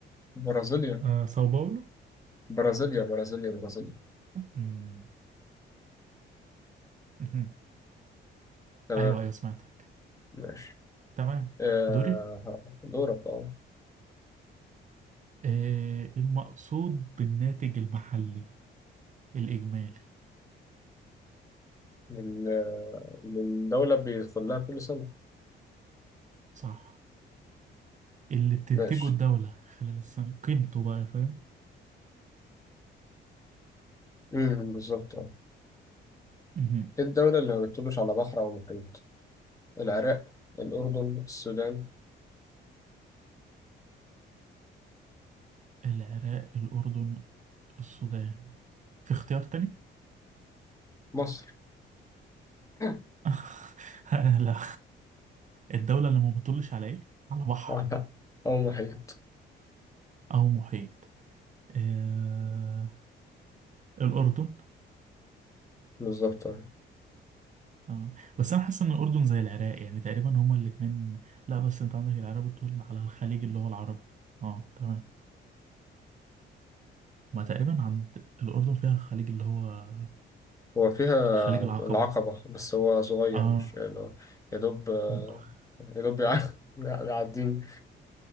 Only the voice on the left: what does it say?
برازيليا
برازيليا برازيليا برازيليا
تمام
ماشي
آه
دورك اه
لل- للدولة بيدخل لها كل سنة
ماشي
امم بالظبط اه
ايه الدولة اللي ما بتطلش على بحر أو محيط؟ العراق الأردن السودان
مصر <laughs>
آه، أو محيط
بالظبط اه
هو فيها
العقبة بس هو صغير
مش يعني هو يا دوب آه،
يا دوب يع- <laughs> بيعديني